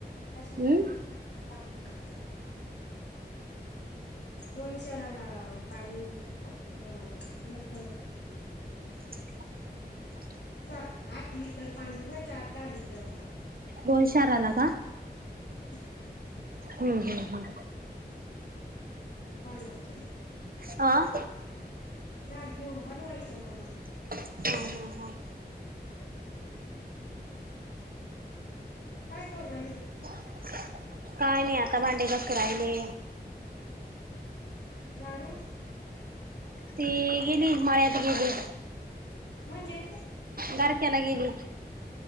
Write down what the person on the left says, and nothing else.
कशा
करायला <unintelligible> दोन क्षणाला पाणी अ एक
सात आठ लिटर पाणी ठेवायच आठ दहा लिटर
मग
बनवायचे तर
घास घेऊन बनवायच्या मग
काय करू राहिली.
लाडू?
म्हणजे.